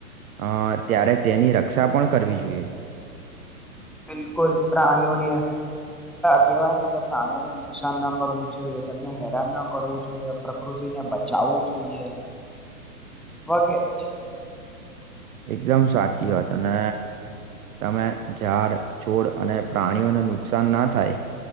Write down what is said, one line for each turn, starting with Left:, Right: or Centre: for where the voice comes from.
Right: અ ત્યારે તેની રક્ષા પણ કરવી જોઈએ.
Centre: બિલકુલ પ્રાણીઓને કેવાયને કે પ્રાણીઓને નુકસાન ન કરવું જોઈએ તેમને હેરાન ના કરવું જોઈએ પ્રકૃ તિને બચાવવું જોઈએ વગેરે છે.
Right: એકદમ સાચી વાત અને તમે ઝાડ છોડ અને પ્રાણીઓને નુકસાન ના થાય